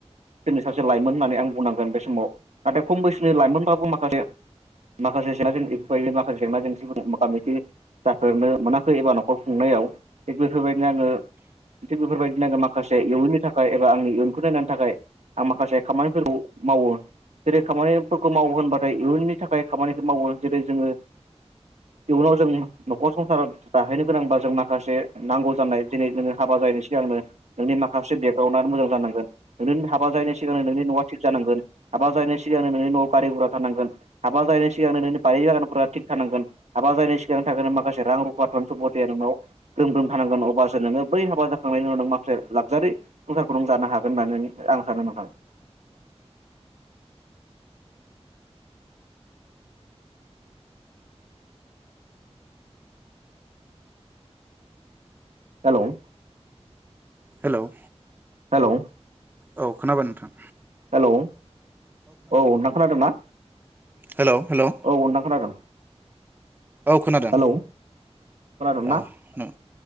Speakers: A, on the right (about 85°); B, on the right (about 20°).
A: <inaudible> नि सासे लाइमोन होननानै आं बुंनांगोन बे समाव नाथाय खम बैसोनि लाइमोनबाबो माखासे माखासे जेंना <unintelligible> माखासे जेंना जेंसिबो <unintelligible> जाफेरनो मोना खौ एबा नखर खुंनायाव थिग बेफोरबायदिनो आंङो थिग बेफोरबायदिनो आंङो माखासे इयुननि थाखाय एबा आंनि इयुनखौ नायनायनि थाखाय आं माखासे खामानिफोरखौ मावो जेरै खामानिफोरखौ मावो होनबाथाय इयुननि थाखाय खामानिखौ मावो जेरै जोंङो इयुनाव जोंनि नखर संसाराव जाहैनो गोनांबा जों माखासे नांगौ जानाय दिनै जोंङो हाबा जायैनि सिगांनो नोंनि माखास से देग्रावउ नानै मोजां जानांगोन नोंनि हाबा जायैनि सिगांनो नोंनि नआ थिग जानांगोन हाबा जाहैनाय सिगांनो नोंनि नआव गारि गुरा थानांगोन। हाबा जाहैनाय सिगांनो नोंनि बारि बागान फोरा थिग थानांगोन। हाबा जायैनि सिगां थागोननो माखासे रां रुफा घन सम्पतिया नोंनाव ग्रोम ग्रोम थानांगोन अब्लासो नोंङो बै हाबा जाखांनायनि उनाव माखासे लागजारि संसारखौ नुनो हागोन होननानै आं सानो नोंथां हेलोव
B: हेलोव
A: हेलोव
B: औ खोनाबाय नोंथां
A: हेलौ औ नोंथां खोनादों ना?
B: हेलौ हेलौ
A: औ नोंथां खोनादों
B: औ खोनादों
A: हेलौ खोनादोंना
B: ओ